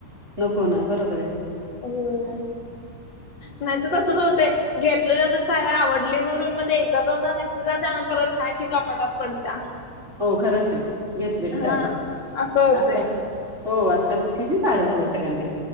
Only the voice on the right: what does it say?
नको ना, बरोबर आहे.
हो, खरंच आहे घेतलेली
साडी
अख्ख हो, असताना किती साड्या झाल्या सगळ्यांकडे